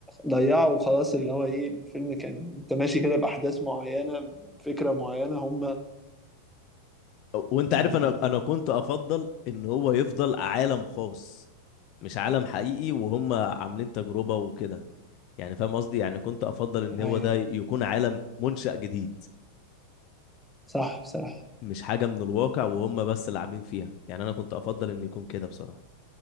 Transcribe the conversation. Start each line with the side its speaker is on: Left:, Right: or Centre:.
Centre: ضيعوا وخلاص اللي هو ايه الفيلم كان انت ماشي كده بأحداث معينة فكرة معينة هم
Left: وانت
Centre: آه
Left: عارف انا انا كنت افضل ان هو يفضل عالم خاص مش عالم حقيقي وهم عاملين تجربة وكده يعني فاهم قصدي يعني كنت افضل ان
Centre: ايوه
Left: هو ده يكون عالم منشأ جديد
Centre: صح بصراحة
Left: مش حاجة من الواقع وهم بس لاعبين فيها يعني انا كنت افضل ان يكون كده بصراحة